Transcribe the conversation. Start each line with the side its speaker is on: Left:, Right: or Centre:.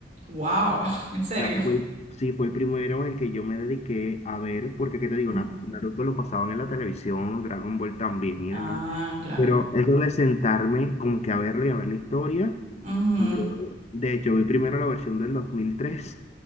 Right: Wow, <laughs> en serio.
Left: O sea, fue, sí, fue el primero en el que yo me dediqué a ver, porque qué te digo,
Right: Mm.
Left: Na- Naruto lo pasaban en la televisión, Dragon Ball también y
Right: Ah,
Left: demás.
Right: claro.
Left: Pero eso de sentarme como que a verlo y a ver la historia,
Right: Ujú.
Left: yo de hecho vi primero la versión del 2003